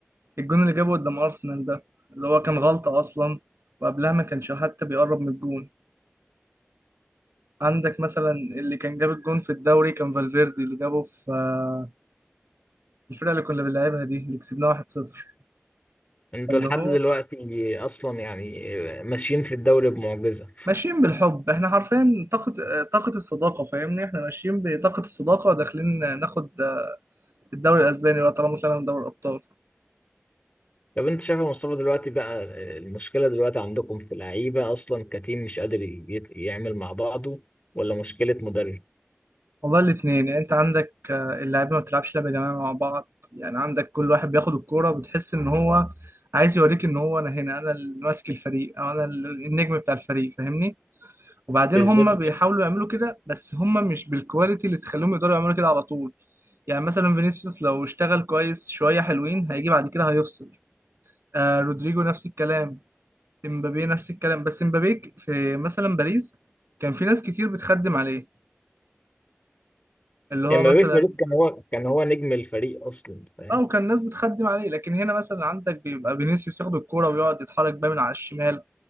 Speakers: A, on the right (about 65°); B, on the left (about 30°).
A: الجون اللي جابه قدام أرسنال ده اللي هو كان غلطة أصلا وقبلها ما كانش حتى بيقرب من الجون عندك مثلا اللي كان جاب الجون في الدوري كان فالفيردي اللي جابه في آه، الفرقه اللي كنا بنلعبها دي اللي كسبناها 1-0
B: انتوا
A: اللي
B: لحد
A: هو
B: دلوقتي اصلا يعني ماشيين في الدوري بمعجزه
A: ماشيين بالحب احنا حرفيا طاقه آه، طاقه الصداقه فاهمني احنا ماشيين بطاقه الصداقه وداخلين ناخد آه، الدوري الاسباني بقى طالما طلعنا من دوري الابطال
B: طب انت شايف يا مصطفى دلوقتي بقى المشكله دلوقتي عندكم في اللعيبه اصلا كتيم مش قادر يت- يعمل مع بعضه ولا مشكله مدرب
A: والله الاثنين يعني انت عندك آه، اللاعبين ما بتلعبش لعبه جماعيه مع بعض يعني عندك كل واحد بياخد الكوره بتحس ان هو عايز يوريك ان هو انا هنا انا اللي ماسك الفريق او انا النجم بتاع الفريق فاهمني وبعدين
B: بالذات
A: هم بيحاولوا يعملوا كده بس هم مش بالكواليتي اللي تخليهم يقدروا يعملوا كده على طول يعني مثلا فينيسيوس لو اشتغل كويس شويه حلوين هيجي بعد كده هيفصل آه رودريجو نفس الكلام امبابي نفس الكلام بس امبابي ك- في مثلا باريس كان في ناس كتير بتخدم عليه اللي هو
B: امبابي
A: مثلا
B: في باريس كان هو كان هو نجم الفريق اصلا فاهم
A: اه وكان ناس بتخدم عليه لكن هنا مثلا عندك بيبقى فينيسيوس ياخد الكوره ويقعد يتحرك بقى من على الشمال